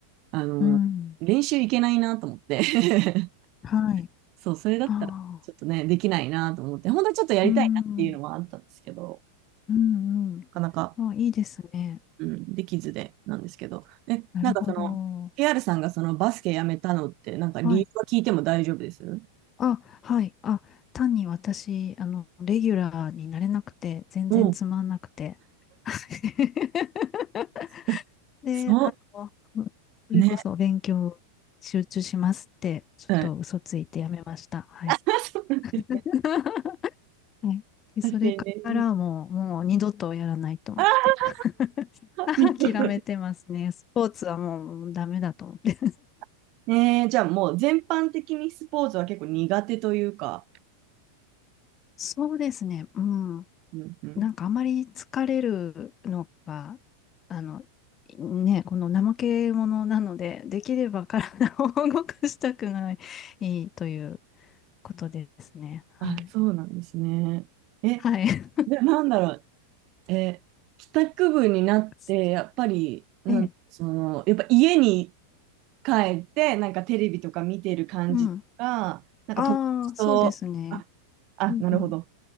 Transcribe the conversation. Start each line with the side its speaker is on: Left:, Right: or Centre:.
Right: あの、
Left: うん、うん。
Right: 練習行けないなと思って <laughs>
Left: はい。
Right: そう、それだったらちょっとね、
Left: ああ、
Right: できないなと思って、本当はちょっとやりたいなっていうのはあったんですけど、
Left: うん、うん、うん。
Right: なかなか、
Left: あ、いいですね。
Right: うん、できずでなんですけど、え、
Left: なるほど。
Right: なんかその、KR さんがそのバスケやめたのって、なんか理由は聞いても大丈夫です
Left: はい。あ、はい。あ、単に私、あの、レギュラーになれなくて、全然つまんなくて。
Right: おう
Left: <laughs>
Right: <laughs>
Left: で、
Right: そ
Left: あの、それこそ勉強集中しますって、
Right: う、ね、
Left: ちょっと嘘ついてやめました。
Right: はい。
Left: はい。
Right: <laughs> あ、そうなんですね。
Left: <laughs> はい。で、それからもう、
Right: 確かにね。
Left: もう二度とやらないと思って。
Right: あー
Left: <laughs>
Right: 似てる
Left: 諦めてますね。スポーツはもうダメだと思って。
Right: <laughs> ねえ、じゃあもう全般的にスポーツは結構苦手というか、
Left: そうですね。うん。
Right: うんうん。
Left: なんかあまり疲れるのが、あの、ね、この怠け者なので、できれば体を動かしたくないということですね。はい。
Right: あ、そうなんですね。え、
Left: はい。
Right: で、なんだろう。え、帰宅部になって、
Left: <laughs>
Right: やっぱり、なん、
Left: ええ。
Right: その、やっぱ家に帰って、なんかテレビとか見てる感じとか、
Left: うん。
Right: なんか友達と、
Left: ああ、そうですね。
Right: あ、あ、
Left: うんうん。
Right: なるほど。